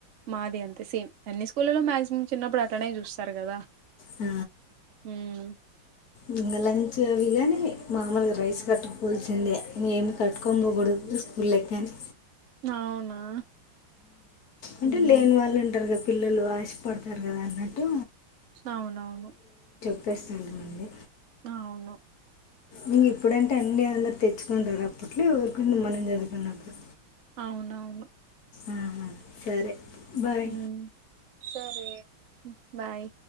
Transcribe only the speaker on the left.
ఆ
ఇంకా లంచ్ అవి కానీ మాములుగా రైస్ కట్టుకపోవాల్సిందే ఏమి కట్టుకొని పోకూడదు స్కూలేకి గాని
అంటే
లేని వాళ్ళు ఉంటారు కదా పిల్లలు ఆశపడతారు కదా అన్నట్టు
ప్పేస్తాను అనింది
ఇక ఇప్పుడంటే అన్ని అందరు తెచ్చుకుంటారు అప్పట్లో ఎవరికుంది మనం చదువుకున్నప్పుడు
ఆ సరే బాయ్